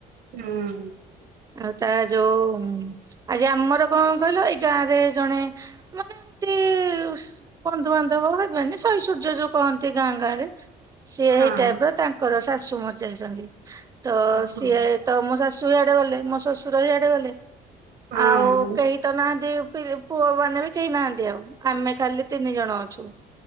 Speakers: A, on the right; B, on the right.
A: ହୁଁ
B: ଆଉ ତା ଯୋଉ ଆଜି ଆମର କଣ କହିଲ ଏଇ ଗାଁ ରେ ଜଣେ ମାନେ ଏମିତି ଇ ବନ୍ଧୁବାନ୍ଧବ ହେବେନି ଶୈସୂର୍ଯ୍ୟ ଯୋଉ କହନ୍ତି ଗାଁ ଗାଁ ରେ। ସିଏ
A: ହଁ
B: ହେଇ ଟାଇପ ର ତାଙ୍କର ଶାଶୁ ମରିଯାଇଛନ୍ତି ତ
A: ଓହୋ
B: ସିଏ ତ ମୋ ଶାଶୁ ଇଆଡେ ଗଲେ ମୋ ଶଶୁର ଇଆଡେ ଗଲେ
A: ହଁ
B: ଆଉ କେହି ତ ନାହାନ୍ତି ପି ପୁଅ ମାନେ ବି କେହିନାହାନ୍ତି ଆଉ ଆମେ ଖାଲି ତିନି ଜଣ ଅଛୁ